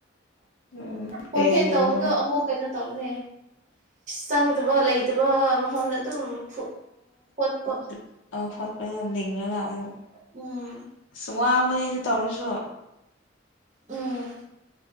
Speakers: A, on the left (about 80°); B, on the right (about 40°).
A: ꯎꯝ
B: ꯀꯣꯟꯐꯦꯟ
A: ꯀꯩꯀꯩ ꯇꯧꯔꯣ
B: ꯇꯧꯕꯗꯣ ꯑꯃꯨꯛ ꯀꯩꯅꯣ ꯇꯧꯕꯅꯦ ꯆꯪꯗꯕ ꯂꯩꯇꯕ ꯃꯐꯝꯗ ꯑꯗꯨꯝ ꯐꯨ ꯄꯣꯠꯄ
A: ꯗꯨ ꯑ ꯐꯣꯠꯄꯗ ꯂꯤꯡꯉꯒ ꯑꯃꯨꯛ
B: ꯎꯝ
A: ꯑꯁ ꯋꯥꯕꯅꯦ ꯑꯗꯨ ꯇꯧꯔꯁꯨ
B: ꯎꯝ